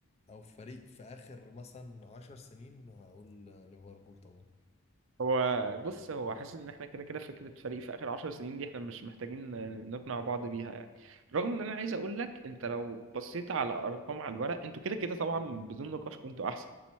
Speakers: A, on the left; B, on the right.
A: او فريق في اخر مثلا عشر سنين هقول آه، ليفربول طبعا
B: هو بص هو حاسس ان احنا كده كده فكرة فريق في اخر عشر سنين دي احنا مش محتاجين نقنع بعض بيها يعني رغم ان انا عايز اقول لك انت لو بصيت على ارقام على الورق انتوا كده كده طبعا بدون نقاش كنتوا احسن